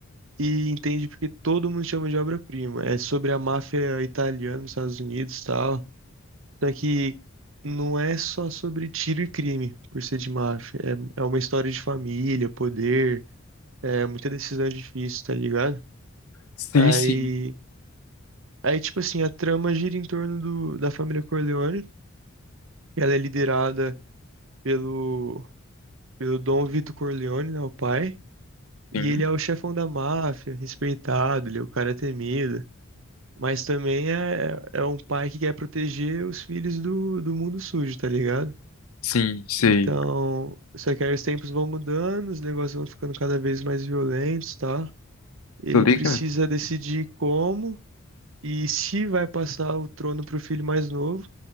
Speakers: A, on the right; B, on the left.
A: e entende porque todo mundo chama de obra-prima. É sobre a máfia italiana nos Estados Unidos e tal. Só que não é só sobre tiro e crime, por ser de máfia. É, é uma história de família, poder, é muita decisão difícil, tá ligado?
B: Sim,
A: Aí,
B: sim,
A: aí tipo assim, a trama gira em torno do, da família Corleone. Ela é liderada pelo, pelo Dom Vito Corleone, né, o pai. E
B: sim,
A: ele é o chefão da máfia, respeitado, ele é o cara temido. Mas também é, é um pai que quer proteger os filhos do, do mundo sujo, tá ligado?
B: sim, sei.
A: Então, só que aí os tempos vão mudando, os negócios vão ficando cada vez mais violentos, tá? Ele
B: Tô ligado?
A: precisa decidir como e se vai passar o trono pro filho mais novo,